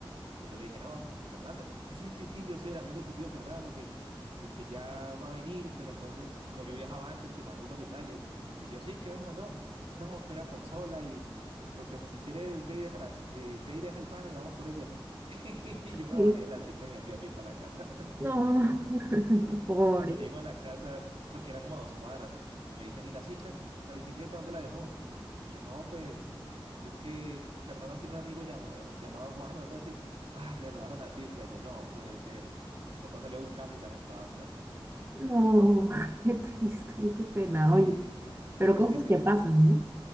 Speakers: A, on the right; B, on the right.
A: Entonces yo le dije, no, Fernando. Eh, sí, sí, sí, yo soy el amigo de tu tío Fernando, que, que, que ya va a venir, pero entonces, como yo viajaba antes, te mandó unos detalles. Y yo, sí, ¿qué me mandó? No, que una consola y, pues, pues, si quieres, ve y déjala, eh, ve y deja el pan y vamos por ella. <laughs> Y yo me
B: Sí.
A: bajé de la cicla y me fui a pie para la casa.
B: No, <laughs> pobre.
A: Y cuando llego a la casa, porque era como a dos cuadras, me dicen, ¿y la cicla? ¿La bicicleta? ¿Dónde la dejó? Y yo, no, pues, es que Fernando tiene un amigo llama- eh, llamado Juan o algo así. Ah, le robaron la cicla. Y yo, no, puede ser. Y mi papá salió a buscarlo y ya no estaba ni la cicla.
B: No, <laughs> qué triste, qué pena.
A: Sí,
B: Oye.
A: fue
B: Pero
A: fue re
B: cosas
A: triste.
B: que pasan,
A: Es-
B: ¿no?